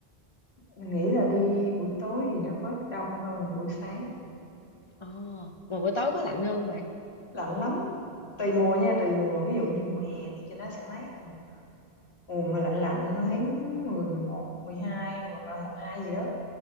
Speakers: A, on the left; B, on the left.
A: Mình nghĩ là đi buổi tối thì nó bớt đông hơn là buổi sáng
B: Ờ, mà buổi tối có lạnh hơn không bạn?
A: lạnh lắm tùy mùa nha tùy mùa ví dụ như mùa hè thì cho nó sẽ mát mà mùa mà lạnh lạnh tháng mười, 11, 12 hoặc là một 2 gì đó